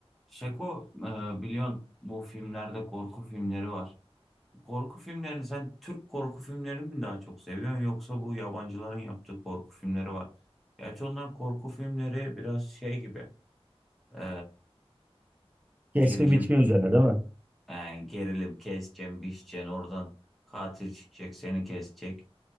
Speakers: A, in the centre; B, on the right.
A: Şeko e, biliyorsun bu filmlerde korku filmleri var. Korku filmlerini sen Türk korku filmlerini mi daha çok seviyorsun yoksa bu yabancıların yaptığı korku filmleri var. Gerçi onların korku filmleri biraz şey gibi e,
B: Kesme
A: gerilim
B: biçme üzerine değil mi?
A: yani gerilim keseceksin biçeceksin oradan katil çıkacak seni kesecek